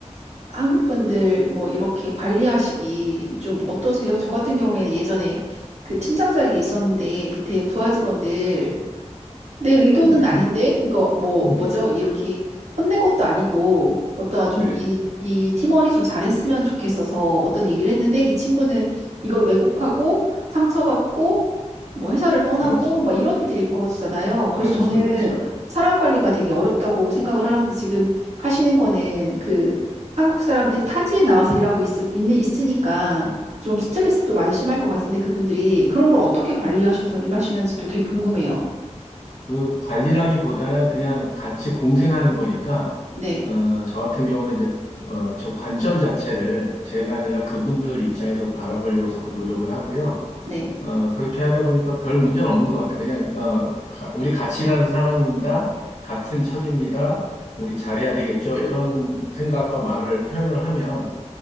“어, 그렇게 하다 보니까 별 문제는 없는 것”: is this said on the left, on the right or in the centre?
Left